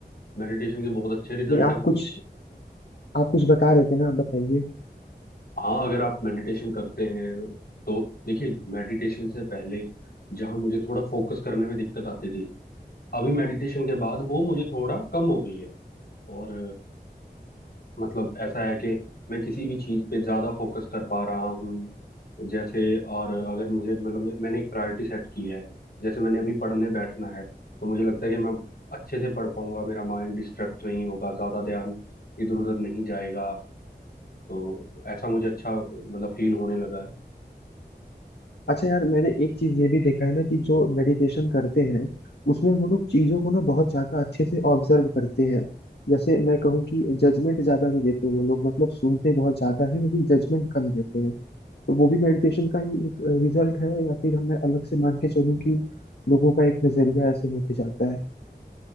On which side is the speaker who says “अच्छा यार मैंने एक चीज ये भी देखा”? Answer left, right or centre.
Left